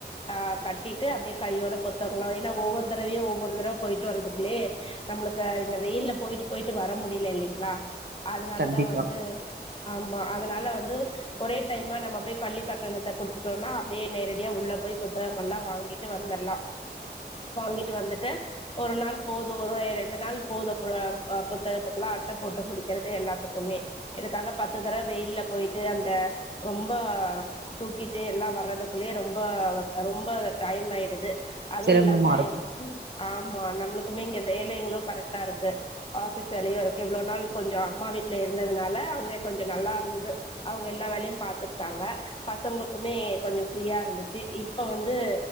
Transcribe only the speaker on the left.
அ கட்டிட்டு அப்படியே கையோட புத்தங்க ஏன்னா ஒவ்வொரு தடவையே ஒவ்வொரு தடவ போயிட்டு வர்றதுக்குள்ளயே நம்மளுக்கு இந்த வெயில்ல போயிட்டு போயிட்டு வர முடியல இல்லைங்களா அதனாலதா
வந்து ஆமா அதனால வந்து ஒரே டைமா நம்ம போயி பள்ளி கட்டணத்த குடுத்துட்டோம்னா அப்படியே நேரடியா உள்ள போயி புத்தகங்கள்ல்லா வாங்கிட் ட்டு வந்துரலாம் வாங்கிட்டு வந்துட்டு ஒரு நாள் போதும் ஒரு ரெண்டு நாள் போதும் அ புத்தகத்துக்கெல்லா அட்ட போட்டு முடிக்கிறது எல்லாத்துக் க்குமே இதுக்காக பத்து தரவ வெயில்ல போயிட்டு அந்த ரொம்ப தூக்கிட்டு எல்லா வர்றதுக்குள்ளேயே ரொம்ப ரொம்ப டைம் ஆயிடுது அது
இல்லாம
ஆமா நம்மளுக்குமே இங்க வேலைங்களு கரெக்டா இருக்கு ஆஃபிஸ் வேலையு இருக்கு இவ்ளோ நாள் கொஞ்ச அம்மா வீட்ல இருந்ததுனால அங்க கொஞ்ச. நல்லா இருந்தது அவுங்க எல்லா வேலையும் பாத்துக்கிட்டாங்க பசங்களுக்குமே கொஞ்ச ஃப்ரீயா இருந்துச்சு இப்ப வந்து